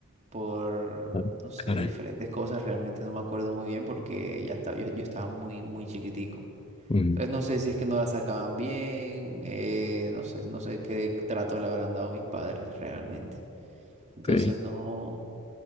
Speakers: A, on the right; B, on the left.
A: por,
B: ah,
A: no sé,
B: caray,
A: diferentes cosas. Realmente no me acuerdo muy bien porque ya estaba, yo, yo estaba muy, muy chiquitico.
B: mm,
A: Entonces no sé si es que no la sacaban bien, eh, no sé, no sé qué trato le habrán dado mis padres realmente. Entonces
B: ok,
A: no